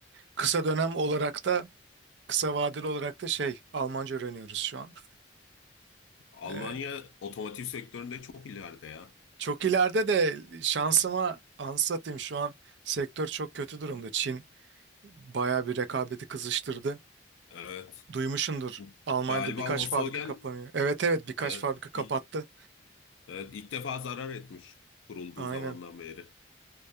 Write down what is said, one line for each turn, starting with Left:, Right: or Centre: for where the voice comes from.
Right: Kısa dönem olarak da Kısa vadeli olarak da şey Almanca öğreniyoruz şu an.
Left: Almanya
Right: Ee,
Left: otomotiv sektöründe çok ileride ya.
Right: çok ileride de şansıma anlatayım şu an sektör çok kötü durumda. Çin bayağı bir rekabeti kızıştırdı.
Left: Evet.
Right: Duymuşsundur
Left: Bu,
Right: Almanya'da
Left: galiba
Right: birkaç
Left: Volkswagen
Right: fabrika kapanıyor. Evet evet birkaç
Left: evet,
Right: fabrika kapattı.
Left: ilk, evet, ilk defa zarar etmiş kurulduğu
Right: Aynen
Left: zamandan beri.